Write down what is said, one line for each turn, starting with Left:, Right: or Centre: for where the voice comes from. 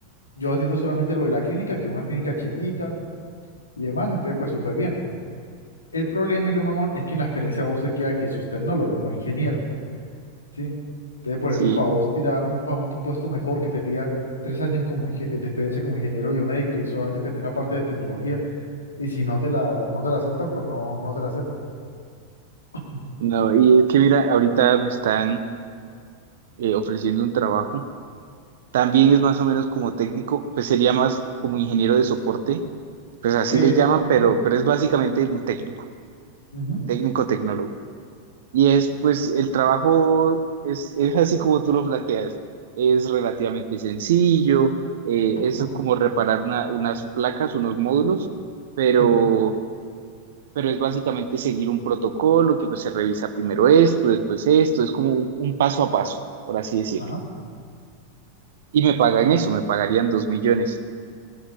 Left: yo atiendo solamente lo de la clínica, que es una clínica chiquita y demás, entonces, pues, súper bien. El problema y lo mamón es que en la experiencia vos te queda que sos tecnólogo, no ingeniero, ¿sí? Entonces, por
Right: Sí.
Left: ejemplo, para vos tirar para un puesto mejor que te pida tres años como inge- de experiencia como ingeniero biomédico y solamente tener la parte de tecnología, y si no te la, no te la aceptan, pues no, no te la aceptan. Ujú,
Right: No, y es que mira, ahorita me están eh, ofreciendo un trabajo. También es más o menos como técnico, pues sería más como ingeniero de soporte. Pues así
Left: Eso.
Right: le llaman,
Left: ujú,
Right: pero, pero es básicamente un técnico,
Left: ujú,
Right: técnico tecnólogo. Y es, pues, el trabajo es, es así como tú lo planteas. Es relativamente sencillo, eh, es
Left: ujú,
Right: como reparar una- unas placas, unos módulos, pero,
Left: Sí.
Right: pero es básicamente seguir un protocolo que pues, se revisa primero esto, después esto, es como un, un paso a paso, por así decirlo.
Left: Ajá.
Right: Y me pagan eso, me pagarían dos millones,